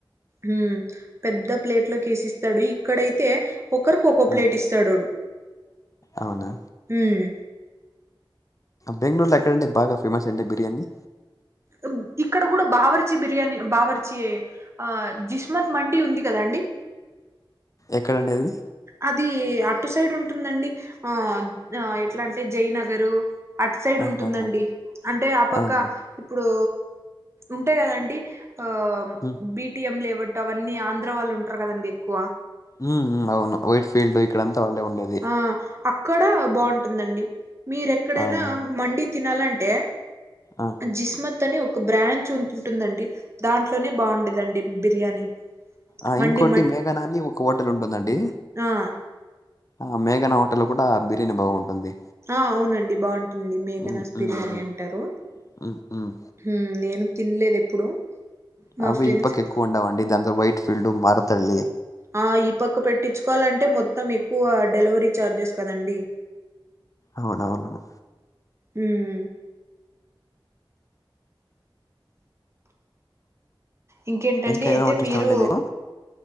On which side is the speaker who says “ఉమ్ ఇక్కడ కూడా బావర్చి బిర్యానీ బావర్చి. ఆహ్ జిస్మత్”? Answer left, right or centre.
Right